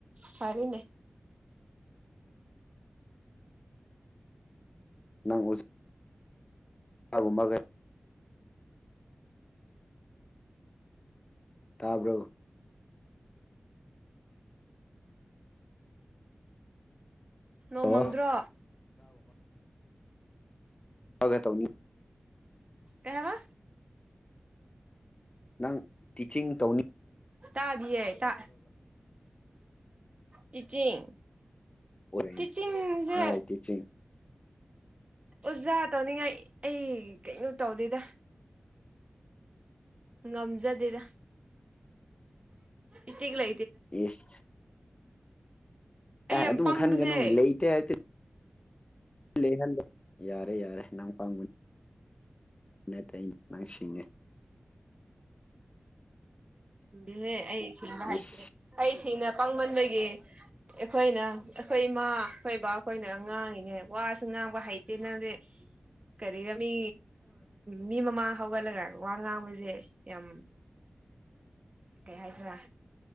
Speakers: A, on the right; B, on the left.
A: ꯐꯔꯅꯦ
B: ꯅꯪ ꯑꯣ ꯀꯒꯨꯝꯕꯒ ꯇꯥꯕ꯭ꯔꯣ
A: ꯅꯣꯡꯃꯪꯗ꯭ꯔꯣ
B: ꯑꯣ ꯁ꯭ꯋꯥꯒ ꯇꯧꯅꯤ
A: ꯀꯩꯋꯥ
B: ꯅꯪ ꯇꯤꯆꯤꯡ ꯇꯧꯅꯤ
A: ꯇꯥꯗꯌꯦ ꯇꯥ ꯇꯤꯆꯤꯡ
B: ꯑꯣꯏꯔꯛꯏ
A: ꯇꯤꯆꯤꯡꯁꯦ
B: ꯍꯣꯏ ꯇꯤꯆꯤꯡ
A: ꯑꯣꯖꯥ ꯇꯧꯅꯤꯡꯉꯥꯏ ꯑꯩ ꯀꯩꯅꯣ ꯇꯧꯗꯦꯗ ꯉꯝꯖꯗꯦꯗ ꯏꯠꯇꯒꯂ
B: ꯏꯁ
A: ꯑꯩ
B: ꯑꯦ
A: ꯌꯥꯝ
B: ꯑꯗꯨꯝ
A: ꯄꯪꯕꯅꯦ
B: ꯈꯟꯒꯅꯨ ꯂꯩꯇꯦ ꯍꯥꯏ ꯂꯩꯍꯜꯂ ꯌꯥꯔꯦ ꯌꯥꯔꯦ ꯅꯪ ꯄꯪꯕꯅꯤ ꯅꯇꯩꯁꯤꯡꯉꯤ
A: ꯍꯦ ꯑꯩ ꯁꯤꯁꯤꯡꯕ
B: ꯏꯁ
A: ꯍꯥꯏꯇꯦ ꯑꯩ ꯁꯤꯅ ꯄꯥꯡꯃꯟꯕꯒꯤ ꯑꯩꯈꯣꯏꯅ ꯑꯩꯈꯣꯏ ꯏꯃꯥ ꯑꯩꯈꯣꯏ ꯕꯥꯈꯣꯏꯅ ꯉꯥꯡꯉꯤꯅꯦ ꯋꯥꯁꯨ ꯉꯥꯡꯕ ꯍꯩꯇꯦ ꯅꯪꯗꯤ ꯀꯔꯤꯔꯃꯤ ꯃꯤ ꯃꯃꯥꯡ ꯍꯧꯒꯠꯂꯒ ꯋꯥ ꯉꯥꯡꯕꯁꯦ ꯌꯥꯝ ꯀꯩ ꯍꯥꯏꯁꯤꯔꯥ